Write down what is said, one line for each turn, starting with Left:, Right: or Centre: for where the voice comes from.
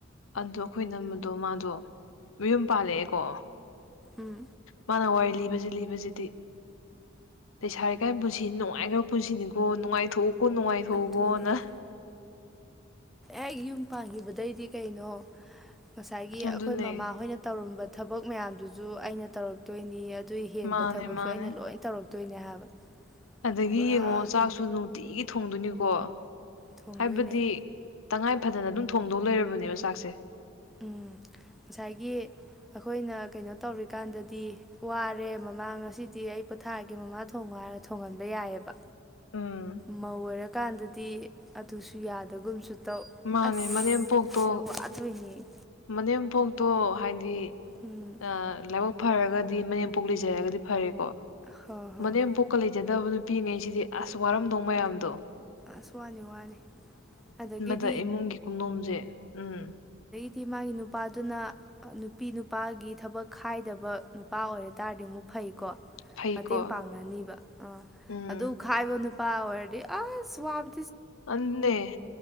Left: ꯑꯗꯣ ꯑꯩꯈꯣꯏ ꯅꯝꯕꯗꯣ ꯃꯥꯗꯣ ꯃꯌꯨꯝ ꯄꯥꯜꯂꯛꯑꯦꯀꯣ
Centre: ꯎꯝ
Left: ꯃꯥꯅ ꯋꯥꯏꯂꯤ ꯂꯤ ꯂꯤꯕꯁꯤꯗꯤ ꯂꯩꯁꯥꯔꯤꯀꯥꯏ ꯄꯨꯟꯁꯤ ꯅꯨꯡꯉꯥꯏꯈ꯭ꯔꯕ ꯄꯨꯟꯁꯤꯅꯤꯀꯣ ꯅꯨꯡꯉꯥꯏꯊꯣꯛꯎ ꯀ ꯅꯨꯡꯉꯥꯏꯊꯣꯛꯎꯈꯣꯅ
Centre: ꯑꯗꯨꯅꯦ ꯑꯦ ꯌꯨꯝ ꯄꯥꯟꯈꯤꯕꯗꯩꯗꯤ ꯀꯩꯅꯣ ꯉꯁꯥꯏꯒꯤ
Left: ꯑꯗꯨꯅꯦ
Centre: ꯑꯩꯈꯣꯏ ꯃꯃꯥꯍꯣꯏꯅ ꯇꯧꯔꯝꯕ ꯊꯕꯛ ꯃꯌꯥꯝꯗꯨꯁꯨ ꯑꯩꯅ ꯇꯧꯔꯛꯇꯣꯏꯅꯤ ꯑꯗꯨ ꯍꯦꯟꯕ
Left: ꯃꯥꯅꯦ
Centre: ꯊꯕꯛꯁꯨ
Left: ꯃꯥꯅꯦ
Centre: ꯑꯩꯅ ꯂꯣꯏ ꯇꯧꯔꯛꯇꯣꯏꯅꯦ ꯍꯥꯏꯕ
Left: ꯑꯗꯒꯤ
Centre: ꯄꯨꯔꯥ
Left: ꯌꯦꯡꯉꯣ ꯆꯥꯛꯁꯨ ꯅꯨꯡꯇꯤꯒꯤ ꯊꯣꯡꯗꯣꯏꯅꯤꯀꯣ
Centre: ꯊꯣꯡꯕꯣꯏꯅꯦ
Left: ꯍꯥꯏꯕꯗꯤ ꯇꯉꯥꯏ ꯐꯗꯅ ꯑꯗꯨꯝ ꯊꯣꯡꯗꯧ ꯂꯩꯔꯕꯅꯦꯕ ꯆꯥꯛꯁꯦ
Centre: ꯎꯝ ꯉꯁꯥꯏꯒꯤ ꯑꯩꯈꯣꯏꯅ ꯀꯩꯅꯣ ꯇꯧꯔꯤꯀꯥꯟꯗꯗꯤ ꯋꯥꯔꯦ ꯃꯃꯥ ꯉꯁꯤꯗꯤ ꯑꯩ ꯄꯣꯊꯥꯒꯦ ꯃꯃꯥ ꯊꯣꯡꯕ ꯍꯥꯏꯔ ꯊꯣꯡꯍꯟꯕ ꯌꯥꯏꯑꯕ
Left: ꯎꯝ
Centre: ꯃꯧ ꯑꯣꯏꯔꯀꯥꯟꯗꯗꯤ ꯑꯗꯨꯁꯨ ꯌꯥꯗꯒꯨꯝꯁꯨ ꯇꯧ
Left: ꯃꯥꯅꯦ
Centre: ꯑꯁ
Left: ꯃꯅꯦꯝꯄꯣꯛꯇꯣ
Centre: ꯌꯥꯝ ꯋꯥꯗꯣꯏꯅꯦ
Left: ꯃꯅꯦꯝꯄꯣꯛꯇꯣ ꯍꯥꯏꯗꯤ
Centre: ꯎꯝ
Left: ꯑ ꯂꯥꯏꯕꯛ ꯐꯔꯒꯗꯤ ꯃꯅꯦꯝꯄꯣꯛ ꯂꯩꯖꯔꯒꯗꯤ ꯐꯔꯦꯀꯣ
Centre: ꯍꯣꯏ ꯍꯣꯏ
Left: ꯃꯅꯦꯝ
Centre: ꯍꯣꯏ
Left: ꯄꯣꯛꯀ ꯂꯩꯖꯗꯕ ꯅꯨꯄꯤꯉꯩꯁꯤꯗꯤ ꯑꯁ ꯋꯥꯔꯝꯗꯧ ꯃꯌꯥꯝꯗꯣ
Centre: ꯑꯁ ꯋꯥꯅꯤ ꯋꯥꯅꯤ ꯑꯗꯒꯤ
Left: ꯑꯗ ꯏꯃꯨꯡꯒꯤ ꯀꯨꯗꯣꯝꯁꯦ ꯎꯝ
Centre: ꯗꯤ ꯃꯥꯒꯤ ꯅꯨꯄꯥꯗꯨꯅ ꯅꯨꯄꯤ ꯅꯨꯄꯥꯒꯤ ꯊꯕꯛ ꯈꯥꯏꯗꯕ ꯅꯨꯄꯥ ꯑꯣꯏꯔ ꯇꯥꯔꯗꯤ ꯑꯃꯨꯛ ꯐꯩꯀꯣ
Left: ꯐꯩꯀꯣ
Centre: ꯃꯇꯦꯡ ꯄꯥꯡꯅꯅꯤꯕ ꯑꯥ
Left: ꯎꯝ
Centre: ꯑꯗꯨ ꯎ ꯈꯥꯏꯕ ꯅꯨꯄꯥ ꯑꯣꯏꯔꯗꯤ ꯑꯁ ꯋꯥꯕ
Left: ꯑꯗꯨꯅꯦ